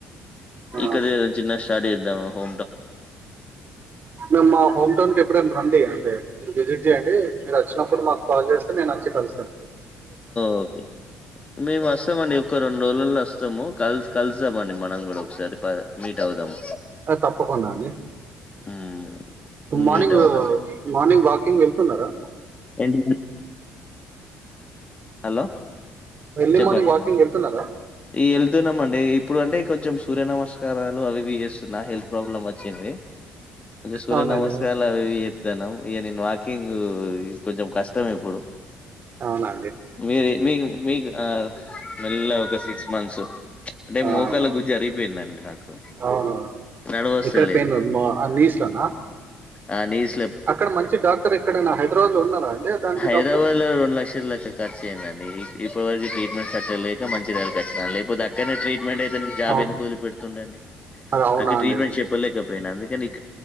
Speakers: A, on the right; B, on the left.
A: ఆ
B: ఇక్కది చిన్న స్టార్ట్ అ ఓహో
A: మేము మా హోమ్ టౌన్ కి ఎప్పుడేనా రండి అయితే మీరు విజిట్ చేయండి మీరు వచ్చినప్పుడు మాకు కాల్ చేస్తే నేను వచ్చి కలుస్తానుండి
B: ఓకే మేము వస్తామండి ఒక రెండు రోజులల్లో వస్తాము కలి కలుసామండి మనం కూడా ఒకసారి మీట్ అవుదాము
A: తప్పకుండా అండి
B: మ్మ్.
A: మార్నింగ్
B: మీట్ అవుదాం
A: మార్నింగ్ వాకింగ్ వెళ్తున్నారా
B: ఏంటి హలో
A: ఎర్లీ
B: చెప్పండి
A: మార్నింగ్ వాకింగ్ వెళ్తున్నారా
B: ఈ వెళ్తున్నాము అండి ఇప్పుడు అంటే కొంచెం సూర్య నమస్కారాలు అవి చేస్తున్నా హెల్త్ ప్రాబ్లమ్ వచ్చింది సూర్య
A: అవునండి
B: నమస్కాలు అవి ఇక నేను వాకింగ్ కొంచెం కష్టం ఇప్పుడు
A: అవునా
B: మీరు మీ మీకు మల్ల ఒక సిక్స్ మంత్స్ అంటే
A: అవునవును
B: మోకల గుజ్జు అరిపోయిందండి నాకు
A: అవునవును
B: నడవస్తే
A: ఎక్కడ
B: లేదు
A: పెయిన్ ఉంది? మా నీస్ లోనా
B: ఆ నీస్
A: అక్కడ మంచి డాక్టర్ ఎక్కడైనా హైదరాబాద్ లో ఉన్నారా అండి దానికి
B: హైదరాబాద్
A: డాక్టర్
B: లో రెండు లక్షల లెక్క ఖర్చు అయిందండి ఇప్పటి వరకు ట్రీట్మెంట్స్చ్చలేక మంచి రైలుకిచ్చిన లేకపోతే అక్కడనే ట్రీట్ ట్ అయితే జాబ్
A: అవును
B: ఎందు వదిలి పెడుతుండ
A: అది అవునా
B: అ
A: అండి
B: ట్రీట్మెంట్
A: అదే
B: చెప్పలేకపోయినా అందుకని ఇక్కడ